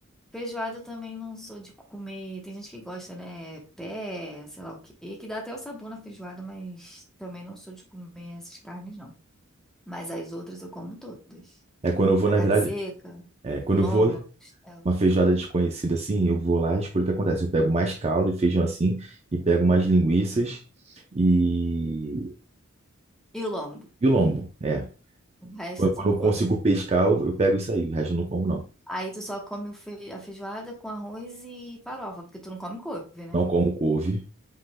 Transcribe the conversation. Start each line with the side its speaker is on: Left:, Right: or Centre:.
Centre: Feijoada eu também não sou de comer. Tem gente que gosta, né? Pé, sei lá o quê, que dá até o sabor na feijoada, mas também não sou de comer essas carnes, não. Mas as outras eu como todas.
Right: É quando eu vou,
Centre: A
Right: na
Centre: carne
Right: verdade,
Centre: seca,
Right: é, quando
Centre: o lombo,
Right: eu vou
Centre: a costela.
Right: uma feijoada desconhecida assim, eu vou lá e escolho o que acontece. Eu pego mais caldo e feijão assim, e pego mais linguiças e,
Centre: E o lombo?
Right: e o lombo. É.
Centre: O resto
Right: Quando
Centre: tu
Right: quando
Centre: não
Right: eu
Centre: come.
Right: consigo pescar, eu, eu pego isso aí. O resto eu não como, não.
Centre: Aí tu só come o fe- a feijoada com arroz e farofa, porque tu não come couve, né?
Right: Não como couve.